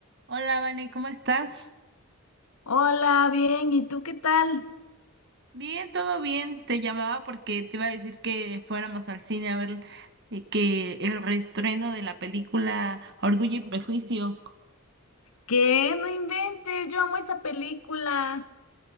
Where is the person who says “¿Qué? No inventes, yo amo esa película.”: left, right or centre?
Left